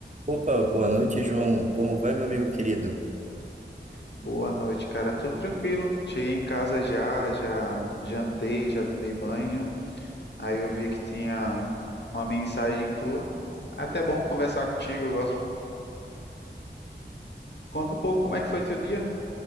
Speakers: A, on the right; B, on the left.
A: Opa, boa noite, João. Como vai, meu amigo querido?
B: Boa noite, cara. Tô tranquilo. Cheguei em casa já, já jantei, já tomei banho. Aí eu vi que tinha uma mensagem tua. É Até bom conversar contigo, eu gosto. Conta um pouco como é que foi teu dia.